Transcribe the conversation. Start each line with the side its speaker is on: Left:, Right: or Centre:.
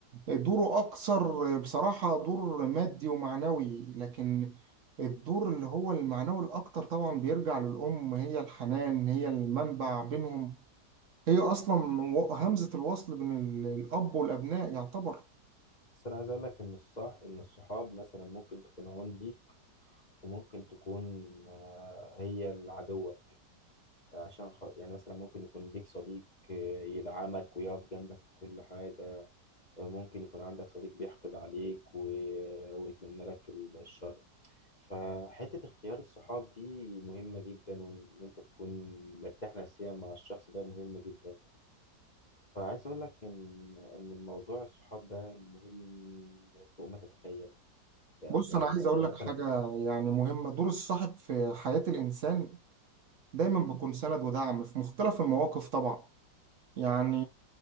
Right: دوره أكثر بصراحة دور مادي ومعنوي لكن الدور اللي هو المعنوي الأكتر طبعا بيرجع للأم هي الحنان هي المنبع بينهم هي أصلا و- همزة الوصل بين ال- الأب والأبناء يعتبر
Left: بس انا عايز اقول لك ان الصح ان الصحاب مثلا ممكن تكون عون ليك وممكن تكون آه، هي العدوة عشان خ... يعني مثلا ممكن يكون ليك صديق آه، يدعمك ويقف جنبك في كل حاجة ممكن يكون عندك صديق بيحقد عليك و... ويتمنى لك الشر فحتة اختيار الصحاب دي مهمة جدا وإن أنت تكون مرتاح نفسيا مع الشخص ده مهمة جدا فعايز أقول لك إن إن الموضوع الصحاب ده مهم فوق ما تتخيل ده
Right: بص
Left: يعني
Right: أنا عايز
Left: أنت
Right: أقول
Left: مثلا
Right: لك حاجة يعني مهمة دور الصاحب في حياة الإنسان دايما بيكون سند ودعم في مختلف المواقف طبعا يعني